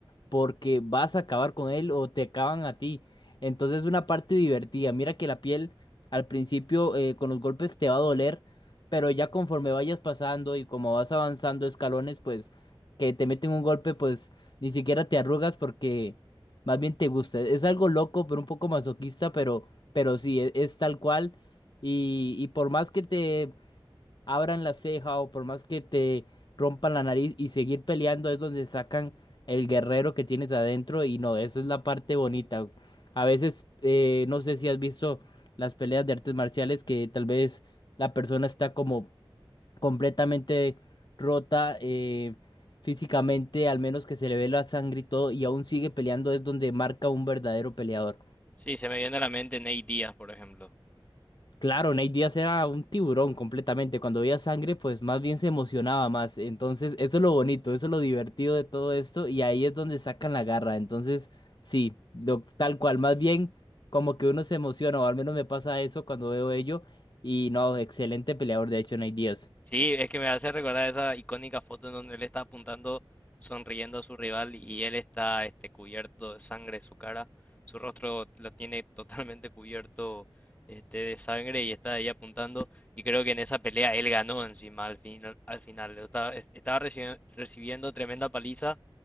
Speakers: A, on the left (about 55°); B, on the left (about 15°).
A: porque vas a acabar con él o te acaban a ti. Entonces es una parte divertida. Mira que la piel al principio eh, con los golpes te va a doler, pero ya conforme vayas pasando y como vas avanzando escalones, pues que te meten un golpe, pues ni siquiera te arrugas porque más bien te gusta. Es algo loco, pero un poco masoquista, pero, pero sí, e- es, tal cual. Y, y por más que te abran la ceja o por más que te rompan la nariz y seguir peleando es donde sacan el guerrero que tienes adentro y no, eso es la parte bonita. A veces, eh, no sé si has visto las peleas de artes marciales que tal vez la persona está como completamente rota eh, físicamente, al menos que se le ve la sangre y todo, y aún sigue peleando, es donde marca un verdadero peleador.
B: Sí, se me viene a la mente Nate Díaz, por ejemplo.
A: Claro, Nate Diaz era un tiburón completamente. Cuando veía sangre, pues más bien se emocionaba más. Entonces, eso es lo bonito, eso es lo divertido de todo esto. Y ahí es donde sacan la garra. Entonces, sí, lo- tal cual. Más bien, como que uno se emociona, o al menos me pasa eso cuando veo ello. Y no, excelente peleador, de hecho, Nate Diaz.
B: Sí, es que me hace recordar esa icónica foto en donde él está apuntando, sonriendo a su rival y él está este, cubierto de sangre, su cara, su rostro la tiene <laughs> totalmente cubierto este, de sangre y está ahí apuntando. Y creo que en esa pelea él ganó encima al final, al final. Estaba, es- estaba recibi- recibiendo tremenda paliza